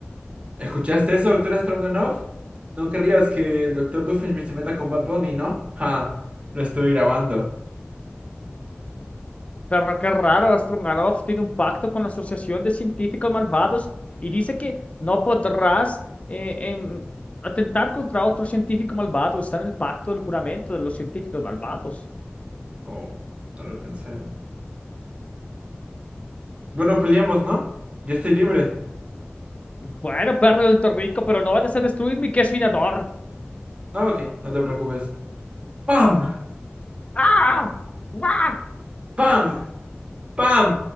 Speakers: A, on the right; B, on the left.
A: ¿Escuchaste eso, doctora Stroganoff? No querrías que el doctor Doofenshmirtz se meta con Bad Bunny, ¿no? Ja, lo estuve grabando.
B: Pero qué raro, Strunganov tiene un pacto con la Asociación de Científicos Malvados y dice que no podrás eh, em, atentar contra otro científico malvado. Está en el pacto del juramento de los científicos malvados.
A: Oh, no lo pensé. Bueno, peleamos, ¿no? Yo estoy libre.
B: Bueno, perro del rico, pero no vayas a destruir mi queso finador.
A: Ah, ok, no te preocupes. ¡Pam!
B: ¡Ah! ¡Ah!
A: ¡Pam! ¡Pam!